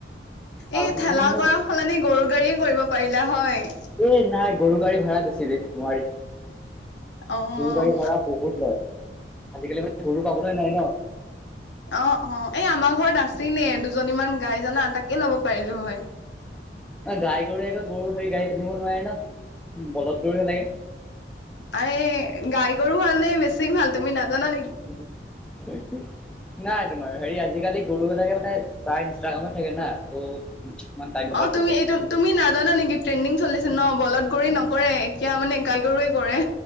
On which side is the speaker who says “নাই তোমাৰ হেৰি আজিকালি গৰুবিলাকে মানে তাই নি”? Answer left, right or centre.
Centre